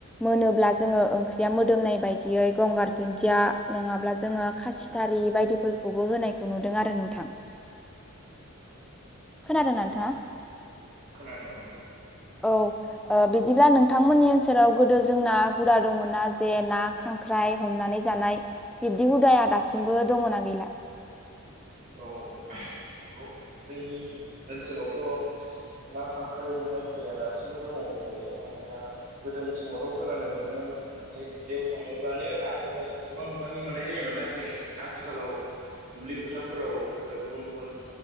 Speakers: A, in the centre; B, on the right.
A: मोनोब्ला जोङो ओंख्रिया मोदोमनाय बायदि बिदियै गंगार दुन्दिया नङाब्ला जोङो खासिथारि बायदिफोरखौबो होनायखौ नुदों आरो नोंथां खोनादोंना
B: औ
A: नोंथाङा
B: खोनादों औ
A: औ बिदिब्ला नोंथांमोननि ओनसोराव गोदो जोंना हुदा दंमोन नना जे ना खांख्राइ हमनानै जानाय बिब्दि हुदाया दासिमबो दङ नना गैला
B: औ नंगौ जोंनि ओनसोलावथ' ना खांख्राइ हमनाय हुदाया दासिमबो दङ बुंजायो मानोना गोदोनि समावथ' खोनानो मोनोमोन मानिे दुब्लियाव थाङोब्लानो नाखौहाय गोबां बिबांनि मोननाय जायोमोन नाथाय आथिखालाव दुब्लि फोथारफोराव गुबुन गुबुन